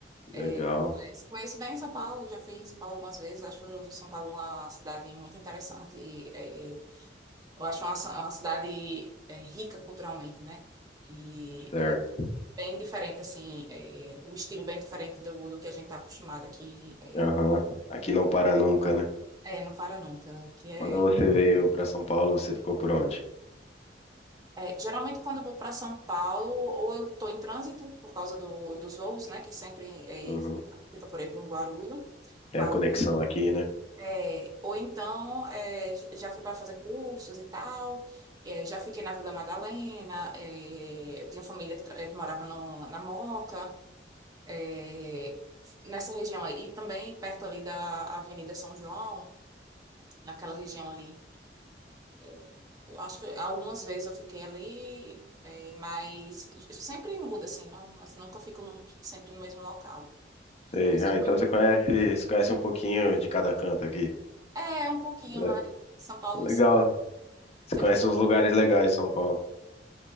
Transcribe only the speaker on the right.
É,
mas conheço bem São Paulo, já fui em São Paulo algumas vezes, acho São Paulo uma cidade muito interessante. E, é, eu acho uma, uma cidade é, rica culturalmente, né? E
bem diferente, assim, é, o estilo bem diferente do, do que a gente está acostumado aqui. É,
é, não para nunca. Que é,
é, geralmente, quando eu vou para São Paulo, ou eu estou em trânsito, por causa do, dos voos, né, que sempre
é, fica por aí por Guarulhos.
Guaru,
é, ou então, é, já fui para fazer cursos e tal. é, já fiquei na Vila Madalena, é, eu tinha família que, tra- que morava no- na Moca. é, nessa região aí. E também perto ali da Avenida São João, naquela região ali. É, eu acho que algumas vezes eu fiquei ali, é, mas sempre muda, assim, não, assim, nunca fico no- sempre no mesmo local.
E você?
É, um pouquinho,
mas São Paulo.
sempre-